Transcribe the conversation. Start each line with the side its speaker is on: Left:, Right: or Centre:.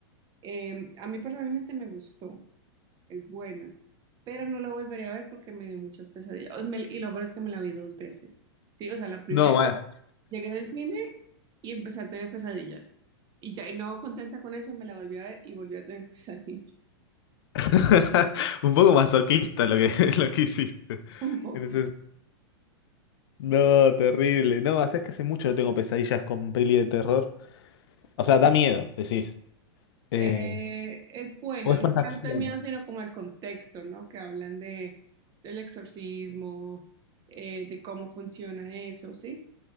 Right: Eh, a mí personalmente me gustó, es buena, pero no la volvería a ver porque me dio muchas pesadillas. O- me- y lo peor es que me la vi dos veces. Sí, o sea, la primera,
Left: No, bueno.
Right: llegué del cine y empecé a tener pesadillas. Y ya, y no contenta con eso, me la volví a ver y volví a tener pesadillas.
Left: <laughs> Un poco masoquista lo que, <laughs> lo que hiciste.
Right: <laughs> Un poco.
Left: En ese- No, terrible. No, es que hace mucho no tengo pesadillas con peli de terror. O sea, da miedo, decís. Eh,
Right: Eh, es buena,
Left: o es
Right: no
Left: más acción.
Right: tanto el miedo, sino como el contexto, ¿no? Que hablan de del exorcismo, eh, de cómo funciona eso, ¿sí?